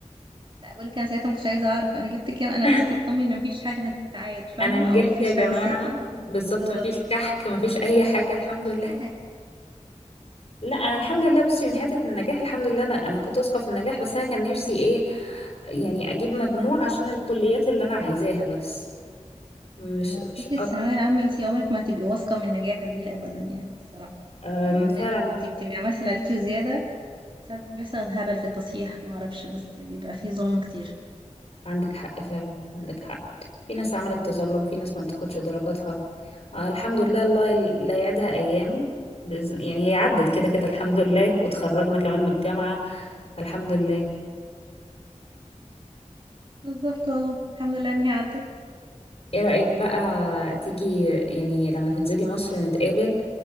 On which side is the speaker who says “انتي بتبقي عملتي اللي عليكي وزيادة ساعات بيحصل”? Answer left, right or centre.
Right